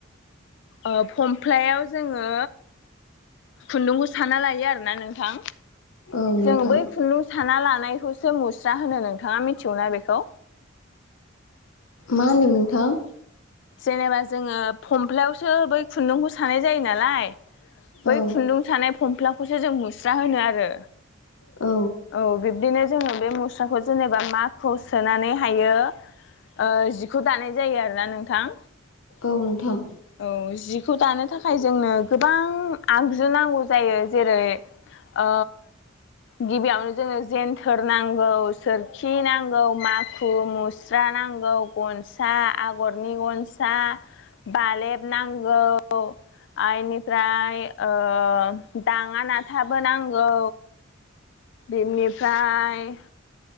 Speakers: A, on the left (about 60°); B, on the left (about 80°).
A: ओ फमफ्लायाव जोङो खुन्दुंखौ साना लायो आरोना नोंथां।
B: औ नोंथां
A: जों बै खुन्दुं साना लानायखौसो मुस्रा होनो नोंथाङा मिथिगौना बेखौ
B: मा होनदों नोंथां?
A: जेनेबा जोङो फमफ्लायावसो बै खुन्दुंखौ सानाय जायो नालाय। बै
B: औ
A: खुन्दुं सानाय फमफ्ला खौसो जों मुस्रा होनो आरो।
B: औ।
A: औ बिब्दिनो जोङो बे मुस्राखौ जेनेबा माखुआव सोनानै हायो। ओ जिखौ दानाय जायो आरोना नोंथां‌।
B: औ नोंथां।
A: औ जिखौ दानो थाखाय जोंनो गोबां आगजु नांगौ जायो जेरै ओ गिबियावनो जोङो जेन्थोर नांगौ सोरखि नांगौ माखु मुस्रा नांगौ। गनसा आगरनि गनसा बालेब नांगौ। आरो निफ्राय ओ दाङा नाथाबो नांगौ। बिनिफ्राय